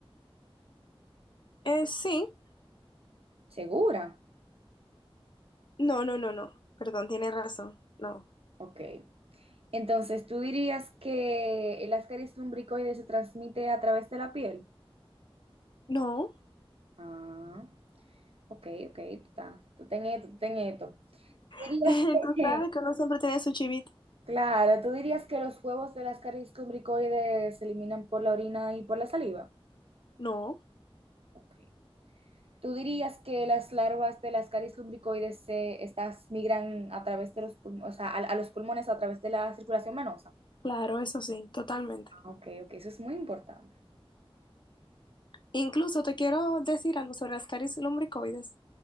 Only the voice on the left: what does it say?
eh, sí.
No, no, no, no. Perdón, tiene razón. No.
No.
<laughs>
Tú
sabes que uno siempre tiene su chivito.
No.
Claro, eso sí, totalmente.
Incluso te quiero decir algo sobre las caries lumbricoides.